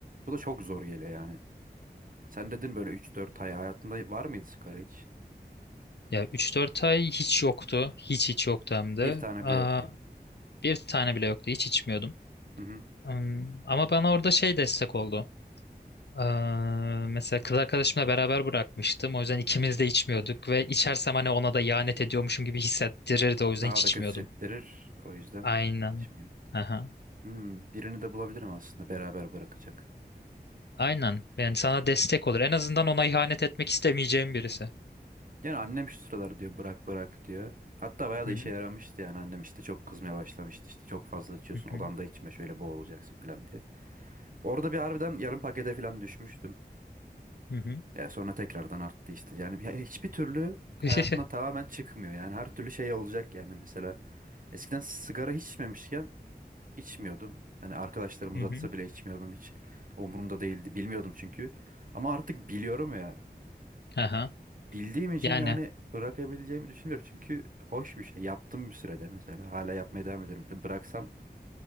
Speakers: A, on the right; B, on the left.
A: Bu da çok zor geliyor yani. Sen dedin böyle üç dört ay hayatında var mıydı sigara hiç?
B: Ya üç dört ay hiç yoktu. Hiç hiç yoktu hem de.
A: Bir tane
B: Aa,
A: bile yoktu.
B: bir tane bile yoktu. Hiç içmiyordum.
A: Hı hı.
B: Hmm, Ama bana orada şey destek oldu. Eee, mesela kız arkadaşımla beraber bırakmıştım. O yüzden ikimiz de içmiyorduk ve içersem hani ona da ihanet ediyormuşum gibi hissettirirdi. O yüzden
A: Daha
B: hiç
A: da
B: içmiyordum.
A: kötü settirir. O yüzden
B: Aynen.
A: şimdi
B: Aha.
A: Hmm, birini de bulabilirim aslında beraber bırakacak.
B: Aynen. Yani sana destek olur. En azından ona ihanet etmek istemeyeceğim birisi.
A: Yani annem şu sıralar diyor bırak bırak diyor. Hatta bayağı da
B: Hı
A: işe
B: hı.
A: yaramıştı yani annem işte çok kızmaya başlamıştı işte çok fazla içiyorsun
B: Hı hı.
A: odanda içme şöyle boğulacaksın falan diye. Orada bir harbiden yarım pakete falan düşmüştüm.
B: Hı hı.
A: Ya sonra tekrardan arttı işte yani bir- hiçbir türlü
B: <laughs>
A: hayatından tamamen çıkmıyor yani her türlü şey olacak yani mesela eskiden sigara hiç içmemişken içmiyordum. Hani arkadaşlarım
B: Hı
A: uzatsa
B: hı.
A: bile içmiyordum hiç. Umurumda değildi. Bilmiyordum çünkü. Ama artık biliyorum ya.
B: Aha.
A: Bildiğim için
B: Yani
A: yani bırakabileceğimi düşünmüyorum. Çünkü hoş bir şey. Yaptım bir sürede mesela. Hala yapmaya devam ediyorum. Bir Bıraksam